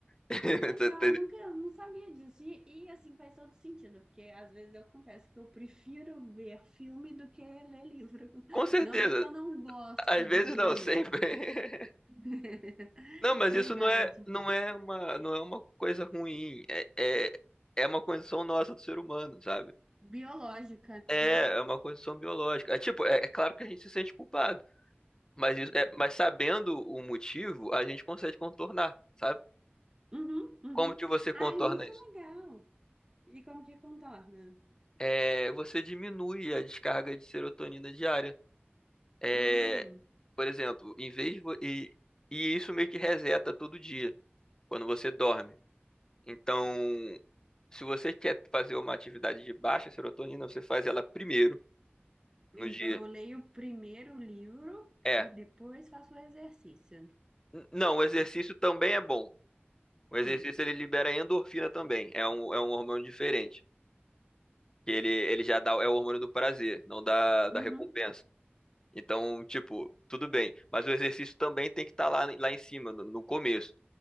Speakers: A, on the left; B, on the right.
A: <laughs>
B: legal,
A: Você entendeu?
B: nunca, não sabia disso. E, e, assim faz todo sentido, porque às vezes eu confesso que eu prefiro ver filme do que ler livro.
A: Com
B: <laughs>
A: certeza.
B: Não é que eu não gosto
A: Às
B: de
A: vezes
B: ler
A: não,
B: livro.
A: sempre. <laughs>
B: <laughs>
A: Não, mas
B: Verdade.
A: isso não é, não é uma, não é uma coisa ruim. É, é, é uma condição nossa do ser humano, sabe?
B: Biológica,
A: É,
B: né?
A: é uma condição biológica. É tipo, é, é claro que a gente se sente culpado, mas isso, é, mas sabendo o motivo, a gente consegue contornar, sabe?
B: Uhum, uhum.
A: Como que você contorna
B: Ai, muito
A: isso?
B: legal. E como que contorna?
A: É, você diminui a descarga de serotonina diária. É,
B: Hum.
A: por exemplo, em vez de, vo- e, e isso meio que reseta todo dia quando você dorme. Então se você quer fazer uma atividade de baixa serotonina, você faz ela primeiro
B: Então,
A: no dia.
B: eu leio o primeiro livro
A: É.
B: e depois faço o exercício.
A: N- Não, o exercício também é bom. O
B: Hum,
A: exercício ele libera endorfina também. É um, é um hormônio diferente. Que ele, ele já dá, é o hormônio do prazer, não da, da
B: uhum,
A: recompensa. Então, tipo, tudo bem. Mas o exercício também tem que estar lá, lá em cima, no, no começo.